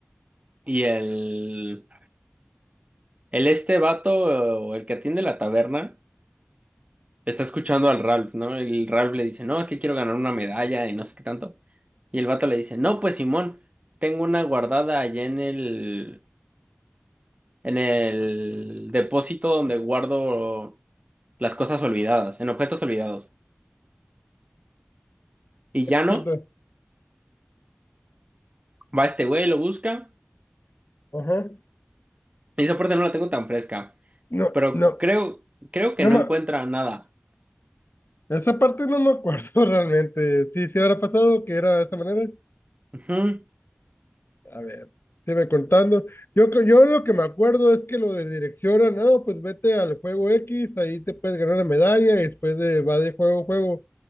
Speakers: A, on the right; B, on the left.
A: y el, el este vato, o el que atiende la taberna, está escuchando al Ralph, ¿no? El Ralph le dice, no, es que quiero ganar una medalla y no sé qué tanto. Y el vato le dice, no, pues Simón, tengo una guardada allá en el, en el depósito donde guardo las cosas olvidadas, en objetos olvidados. Y ya no,
B: Suelta.
A: va este güey, lo busca
B: Ajá.
A: y esa parte no la tengo tan fresca.
B: No,
A: pero
B: no,
A: creo, creo que
B: no
A: no
B: me...
A: encuentra nada.
B: Esa parte no me acuerdo <laughs> realmente. Sí, sí habrá pasado que era de esa manera.
A: Ujú.
B: A ver, me contando. Yo, co- yo lo que me acuerdo es que lo de dirección, no, pues vete al juego X, ahí te puedes ganar una medalla y después de, va de juego en juego,